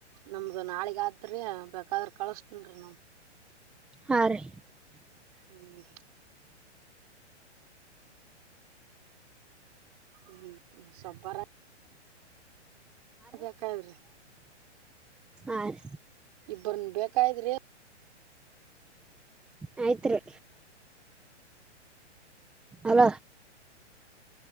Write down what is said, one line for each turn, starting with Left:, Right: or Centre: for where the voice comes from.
Right: ನಮ್ದು ನಾಳಗ್ ಆದ್ರಿ ಬೇಕಾದ್ರ ಕಳಸ ಹುನ್ರಿ
Centre: ಹ ರೀ
Right: ಹ್ಮ್ ಹ್ಮ ಸಾರ ಬೇಕಾಗಿಲ್ಲ ರೀ
Centre: ಆ ರೀ
Right: ಬ್ಬರ್ನ್ ಬೇಕಾಯ್ರಿ
Centre: ಆಯತ ರಿ ಅಲ